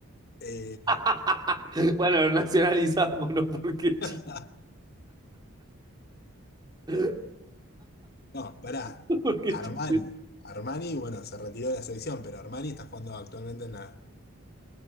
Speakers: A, on the left; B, on the right.
A: Eh,
B: <laughs> Bueno, lo nacionalizamos, ¿no? porque Chile.
A: <laughs>
B: <laughs>
A: no, pará.
B: Porque
A: Armani.
B: Chile-
A: Armani, bueno, se retiró de la selección, pero Armani está jugando actualmente en la,